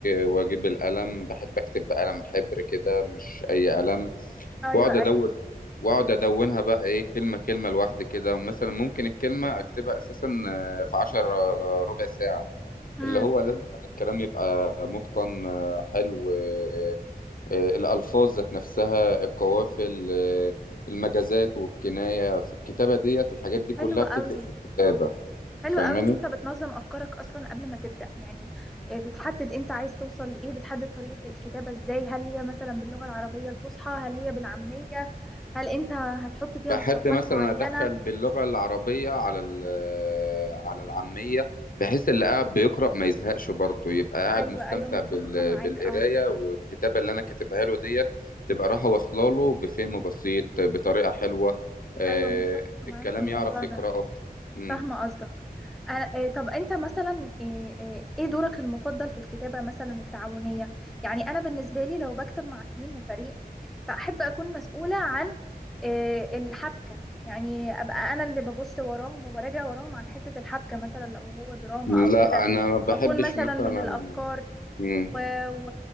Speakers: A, on the left (about 60°); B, in the centre.
A: واجيب القلم بحب اكتب بقلم حبر كده مش اي قلم
B: ايوه
A: واقعد
B: ايوه
A: ادون واقعد ادونها بقى ايه كلمه كلمه لوحدي كده ومثلا ممكن الكلمه اكتبها اساسا آه، في عشر آه، ربع ساعه
B: امم
A: اللي هو لازم إن الكلام يبقى متقن آه، حلو آه، آه، الالفاظ ذات نفسها القوافل آه، المجازات والكنايه في الكتابه ديت الحاجات دي كلها
B: حلو
A: بتفرق
B: قوي
A: في الكتابه
B: حلو
A: فاهماني
B: قوي ان انت بتنظم افكارك اصلا قبل ما تبدا يعني آه، بتحدد انت عايز توصل لايه بتحدد طريقه الكتابه ازاي هل هي مثلا باللغه العربيه الفصحى هل هي بالعاميه هل انت هتحط فيها
A: بحب
B: مصطلحات
A: مثلا
B: معينه
A: ادخل باللغه العربيه على ال- آه، على العاميه بحيث اللي قاعد بيقرا ما يزهقش برضه يبقى قاعد
B: ايوه
A: مستمتع
B: ايوه متفقه
A: بال- آه،
B: معاك
A: بالقرايه
B: اه
A: والكتابه اللي انا كاتبها له ديت تبقى رايحه واصله له بفهم بسيط بطريقه حلوه آه،
B: ايوه متفقه معاك
A: الكلام
B: في الموضوع
A: يعرف يقراه
B: ده
A: امم
B: فاهمة قصدك أنا- آه، طب انت مثلا آه، آه، ايه دورك المفضل في الكتابة مثلا التعاونية يعني انا بالنسبة لي لو بكتب مع تيم وفريق فاحب اكون مسؤولة عن آه، الحبكة يعني ابقى انا اللي ببص وراهم وبراجع وراهم عن حتة الحبكة مثلا لو هو دراما
A: لا
B: او كده
A: انا ما بحبش
B: واكون مثلا
A: مثلا
B: من الافكار
A: مم.
B: و... و...